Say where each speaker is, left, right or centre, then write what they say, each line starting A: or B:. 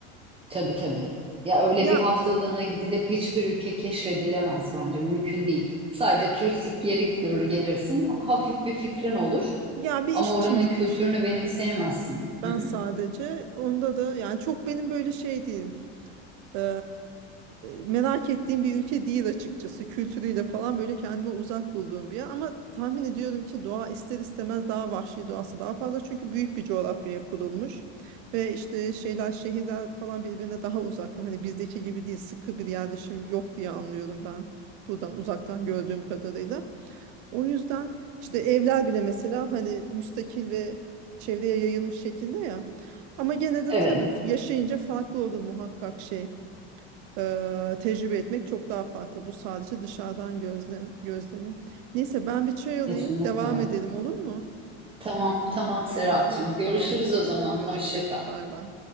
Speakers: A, on the right (about 15°); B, on the right (about 60°).
A: Tabii tabii. Ya öyle
B: Ya
A: bir haftalığına gidilip hiçbir ülke keşfedilemez bence. Mümkün değil. Sadece turistik yeri görür gelirsin. Hafif bir fikrin olur.
B: ya bir
A: Ama
B: iş
A: oranın
B: için gitmiştim
A: kültürünü benimseyemezsin.
B: ben
A: Hı hı.
B: sadece. Onda da yani çok benim böyle şey değil. Eee, merak ettiğim bir ülke değil açıkçası. Kültürüyle falan böyle kendime uzak bulduğum bir yer. Ama tahmin ediyorum ki doğa ister istemez daha vahşi doğası daha fazla. Çünkü büyük bir coğrafyaya kurulmuş. Ve işte şeyler şehirler falan birbirine daha uzakta. Hani bizdeki gibi değil sıkı bir yerleşim yok diye anlıyorum ben. Buradan uzaktan gördüğüm kadarıyla. O yüzden işte evler bile mesela hani müstakil ve çevreye yayılmış şekilde ya. Ama gene de
A: Evet.
B: tabii yaşayınca farklı olur muhakkak şey e, tecrübe etmek çok daha farklı. Bu sadece dışarıdan gözlem, gözlemim. Neyse ben bir çay alayım,
A: Kesinlikle
B: devam
A: öyle.
B: edelim olur mu?
A: Tamam, tamam Serapcığım.
B: Görüşürüz.
A: Görüşürüz
B: Sağ ol
A: o
B: canım.
A: zaman.
B: Görüşürüz.
A: Hoşça kal.
B: Bay bay.